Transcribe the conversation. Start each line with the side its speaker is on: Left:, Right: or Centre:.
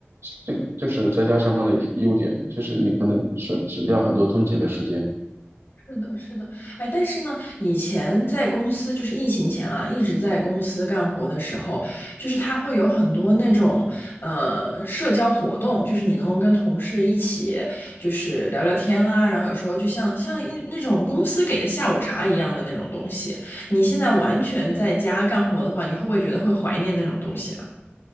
Right: 这就是在家上班的优点，就是你可能省省掉很多通勤的时间。
Left: 是的，是的，哎，但是呢，以前在公司，就是疫情前啊，一直在公司干活的时候，就是他会有很多那种呃社交活动，就是你能够跟同事一起就是聊聊天啊，然后有时候就像像一那种公司给的下午茶一样的那种东西。你现在完全在家干活的话，你会不会觉得会怀念那种东西啊？